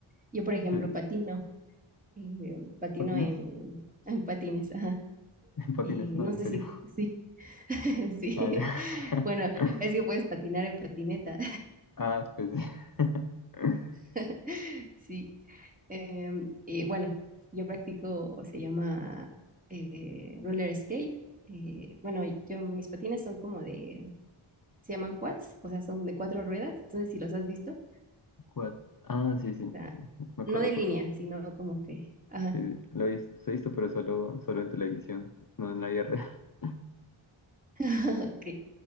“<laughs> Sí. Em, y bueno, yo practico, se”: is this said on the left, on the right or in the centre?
Right